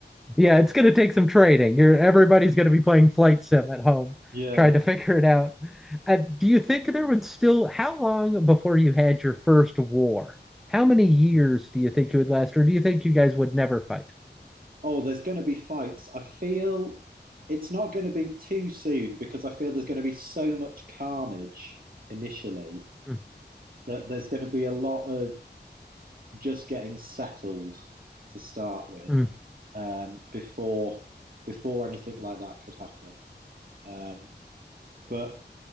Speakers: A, in the centre; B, on the right.
A: Yeah, it's going to take some training. You're everybody's going to be playing flight sim at home,
B: Yeah.
A: trying to <laughs> figure it out. Uh, do you think there would still, how long before you had your first war? How many years do you think it would last, or do you think you guys would never fight?
B: Oh, there's going to be fights. I feel it's not going to be too soon because I feel there's going to be so much carnage initially
A: Mm,
B: that there's going to be a lot of just getting settled to start with
A: mm,
B: um, before before anything like that could happen. Um, but